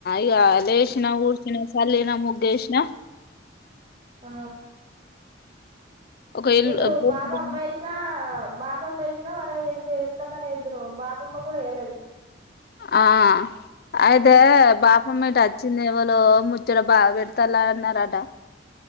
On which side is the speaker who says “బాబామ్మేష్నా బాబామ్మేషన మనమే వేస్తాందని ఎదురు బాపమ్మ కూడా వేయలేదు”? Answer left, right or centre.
Right